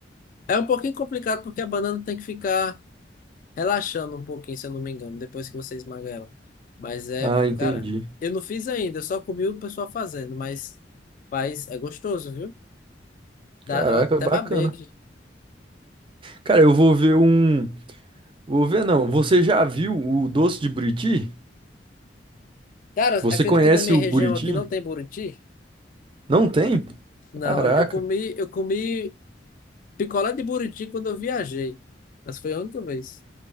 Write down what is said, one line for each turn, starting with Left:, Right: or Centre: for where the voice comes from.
Left: É um pouquinho complicado porque a banana tem que ficar relaxando um pouquinho, se eu não me engano, depois que você esmaga ela. Mas é,
Right: Ah, entendi.
Left: cara, eu não fiz ainda, eu só comi o pessoal fazendo, mas faz, é gostoso, viu? Dá,
Right: Caraca,
Left: eu até
Right: bacana.
Left: babei aqui.
Right: Cara, eu vou ver um. Vou ver, não. Você já viu o doce de Buriti?
Left: Cara,
Right: Você
Left: acredita
Right: conhece
Left: que na minha
Right: o
Left: região
Right: Buriti?
Left: aqui não tem buriti?
Right: Não tem?
Left: Não,
Right: Caraca.
Left: eu comi,
Right: <clears throat>
Left: eu comi picolé de buriti quando eu viajei. Mas foi a única vez.